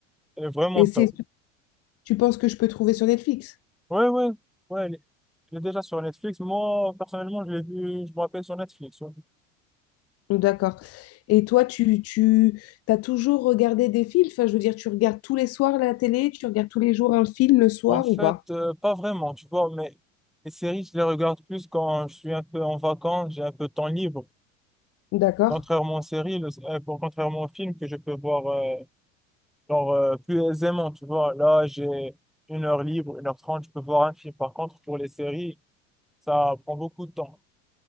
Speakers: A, in the centre; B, on the left (about 40°).
A: Elle est vraiment
B: Et c'est,
A: top.
B: tu penses que je peux trouver sur Netflix?
A: Ouais, ouais, ouais, elle est, elle est déjà sur Netflix. Moi, personnellement, je l'ai vu, je me rappelle sur Netflix. ouais.
B: D'accord. Et toi, tu, tu as toujours regardé des films? Enfin, je veux dire, tu regardes tous les soirs la télé, tu regardes tous les jours un film le soir
A: En fait,
B: ou pas?
A: euh, pas vraiment, tu vois, mais les séries, je les regarde plus quand je suis un peu en vacances, j'ai un peu de temps libre.
B: D'accord.
A: Contrairement aux séries, le- euh, pour, contrairement aux films que je peux voir euh, genre, euh, plus aisément, tu vois. Là, j'ai une heure libre, une heure trente, je peux voir un film. Par contre, pour les séries, ça prend beaucoup de temps.